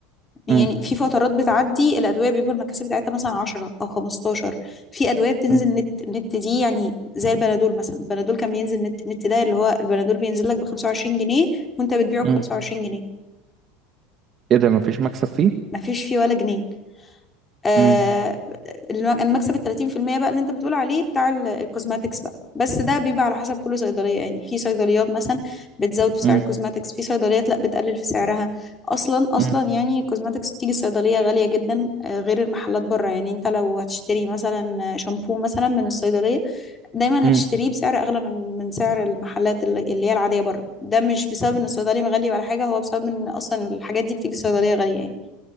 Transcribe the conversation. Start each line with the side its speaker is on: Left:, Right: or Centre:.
Left: يعني
Right: امم
Left: في فترات بتعدي الأدوية بيبقى المكاسب بتاعتها مثلا عشرة أو خمستاشر في أدوية بتنزل
Right: امم
Left: نت النت دي يعني زي البنادول مثلا البنادول كان بينزل نت نت ده اللي هو البنادول بينزل لك ب 25 جنيه وانت بتبيعه
Right: امم
Left: ب 25 جنيه
Right: ايه ده مفيش مكسب فيه
Left: ما فيش فيه ولا جنيه آه،
Right: امم
Left: الم- المكسب ال 30% بقى اللي انت بتقول عليه بتاع ال- الكوزماتكس بقى بس ده بيبقى على حسب كل صيدليه يعني في صيدليات مثلا بتزود في سعر
Right: امم
Left: الكوزماتكس في صيدليات لا بتقلل في سعرها اصلا اصلا
Right: امم
Left: يعني الكوزماتكس بتيجي الصيدليه غاليه جدا آه، غير المحلات بره يعني انت لو هتشتري مثلا شامبو مثلا من الصيدليه دايما
Right: امم
Left: هتشتريه بسعر اغلى من من سعر المحلات اللي اللي هي العاديه بره ده مش بسبب ان الصيدلي مغلي ولا حاجه هو بسبب ان اصلا الحاجات دي بتيجي الصيدليه غاليه يعني